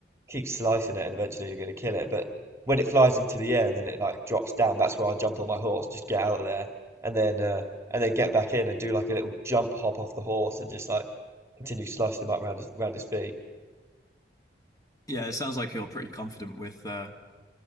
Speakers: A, on the right; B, on the left.
A: keep slicing it, and eventually you're going to kill it. But when it flies into the air and then it like drops down, that's where I jump on my horse, just get out of there, and then uh, and then get back in and do like a little jump hop off the horse and just like continue slicing them up round his round his feet.
B: Yeah, it sounds like you're pretty confident with uh